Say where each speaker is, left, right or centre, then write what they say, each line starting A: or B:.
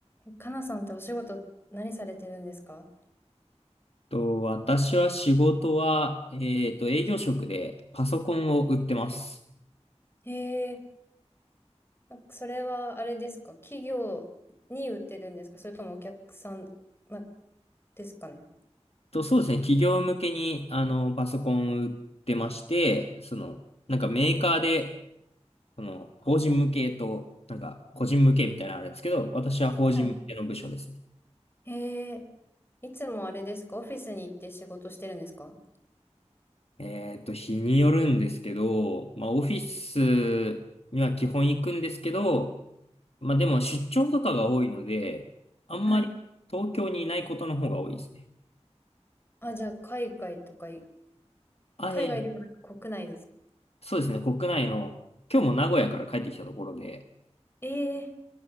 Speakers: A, on the left; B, on the left.
A: えかなさんってお仕事何されてるんですか
B: と、私は仕事は、えっと、営業職でパソコンを売ってます。
A: へえ、なんかそれはあれですか企業に売ってるんですかそれともお客さんなですかね
B: と、そうですね、企業向けに、あの、パソコンを売ってまして、その、なんかメーカーで、その、法人向けと、なんか、個人向けみたいなのあるんですけど、私は法人向けの部署ですね。
A: はいへえ、いつもあれですかオフィスに行って仕事してるんですか
B: えっと、日によるんですけど、まあ、オフィスには基本行くんですけど、まあ、でも出張とかが多いので、あんまり東京にいないことの方が多いですね。
A: はい。あ、じゃあ海外とかい、
B: あえ
A: 海外でもなく国内ですか
B: そうですね、国内の、今日も名古屋から帰ってきたところで、
A: ええ、